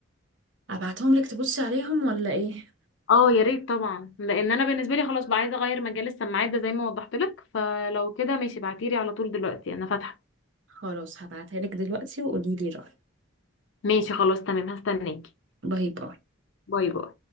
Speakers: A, on the right; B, on the left.
A: ابعتهم لك تبصي عليهم ولا ايه
B: اه يا ريت طبعا لان انا بالنسبه لي خلاص بقى عايزه اغير مجال السماعات ده زي ما وضحت لك فلو كده ماشي ابعتيلي على طول دلوقتي انا فاتحه
A: خلاص هبعتها لك دلوقتي وقولي لي رأيك
B: ماشي خلاص تمام هستناكي
A: باي باي
B: باي باي